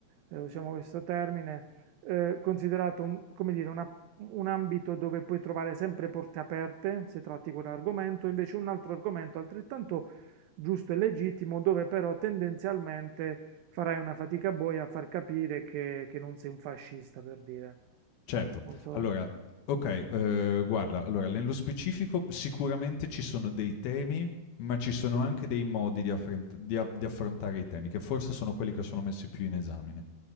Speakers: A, on the right; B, on the left.
A: eh, usiamo questo termine, eh, considerato, un- come dire, una un ambito dove puoi trovare sempre porte aperte se tratti quell'argomento, invece un altro argomento altrettanto giusto e legittimo dove però tendenzialmente farai una fatica boia a far capire che, che non sei un fascista, per dire.
B: Certo.
A: Non so.
B: Allora, okay, uhm, guarda, allora nello specifico sicuramente ci sono dei temi, ma ci sono anche dei modi di affrent di a di affrontare i temi, che forse sono quelli che sono messi più in esame.